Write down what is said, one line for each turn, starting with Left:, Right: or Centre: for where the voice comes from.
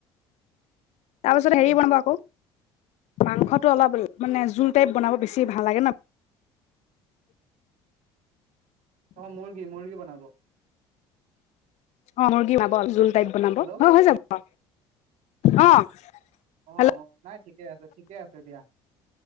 Left: তাৰ পিছত
Right: উম
Left: হেৰি বনাব আকৌ। মাংসটো অলপ মানে জোল টাইপ বনাব বেছি ভাল লাগে ন'।
Right: অ মুৰ্গী মুৰ্গী বনাব
Left: অ' মুৰ্গী <unintelligible> বনাব
Right: হেল্ল'
Left: হয় হয় যাব। অ'।
Right: অ'
Left: হেল্ল'
Right: অ' নাই ঠিকে আছে ঠিকে আছে দিয়া